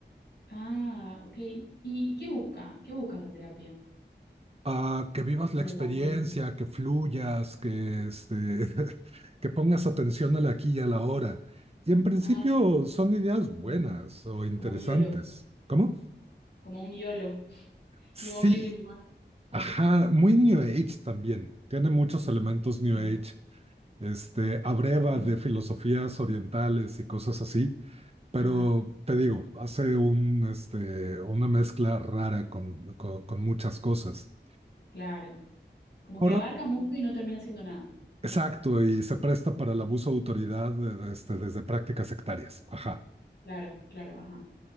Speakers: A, on the left; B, on the right.
A: ah, ok. ¿Y qué busca? ¿Qué busca esa terapia
B: A que vivas
A: con
B: la experiencia,
A: el paciente?
B: que fluyas, que, este, <laughs> que pongas atención al aquí y a la hora. Y en principio
A: Ah,
B: son ideas
A: mm,
B: buenas o interesantes.
A: como un YOLO,
B: ¿Cómo?
A: como un YOLO.
B: Sí,
A: You only live once.
B: Ajá, muy New Age también. Tiene muchos elementos
A: Mm,
B: New Age. Este, abreva
A: claro.
B: de filosofías orientales y cosas así, pero
A: Ajá,
B: te digo, hace un, este, una mezcla rara con, con, con muchas cosas.
A: claro. Como
B: Por
A: que abarca
B: ot-
A: mucho y no termina siendo nada.
B: exacto, y se presta para el abuso de autoridad, eh, este, desde prácticas sectarias. Ajá.
A: Claro, claro, ajá.